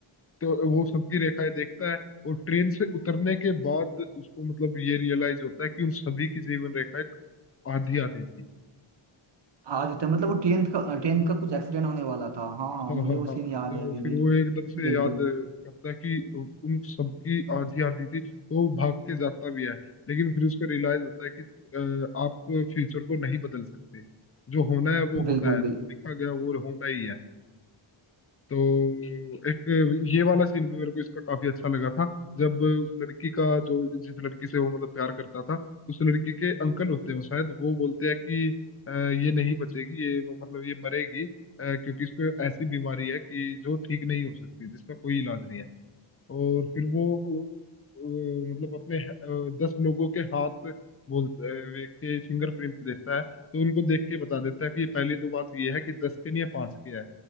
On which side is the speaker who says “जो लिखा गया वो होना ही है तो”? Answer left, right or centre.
Left